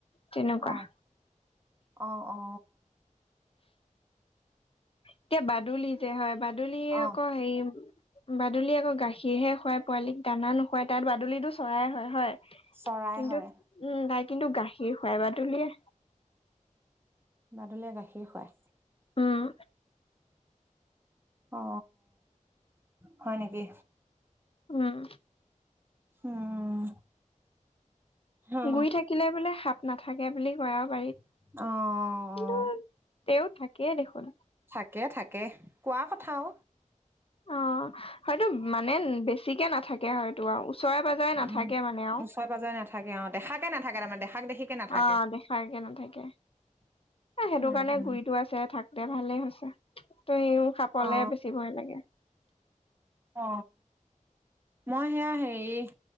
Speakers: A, on the left; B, on the right.
A: তেনেকুৱা।
B: অ অ অ
A: এতিয়া বাদুলি যে হয়, বাদুলিয়
B: অ
A: আকৌ হেৰি বাদুলিয়ে আকৌ গাখীৰহে খুৱাই, পোৱালিকক দানা নোখুৱাই তাত বাদুলুলিটো চৰাই হয়, হয়।
B: চৰাই
A: কিন্তু
B: হয়।
A: উম তাই কিন্তু গাখীৰ খুৱাই বা তুলিয়ে।
B: মাদুলীয়ে গাখীৰ খুৱাই।
A: উম।
B: অ, হয় নেকি।
A: উম।
B: উম। অ
A: গুৰি থাকিলে বোলে সাপ নাথাকে বুলি কয় আৰু বাৰীত।
B: অ', অ',
A: কিন্তু
B: অ'।
A: তেওঁ থাকেই দেখোন।
B: তাকে থাকে, কোৱা কথাও।
A: অ, হয়তটো মানে বেছিকে নাথাকে হয়তো। ও, চৰে পজৰে নাথাকে
B: উম
A: মানে আৰু
B: ওচৰে পাজৰে নাথাকে অ দেখাকে নাথাকে তাৰমানে দেখাক দেখিকে নাথাকে
A: অ, দেখাগে। নাথাকে।
B: <unintelligible>
A: সেইটো
B: উম
A: কাৰণে
B: উম
A: গুৰিতো আছে, থাকতে ভালে হৈছে। টো সিও সাপলে
B: অ
A: বেছি ভয় লাগে।
B: অ মই সেয়া হেৰি।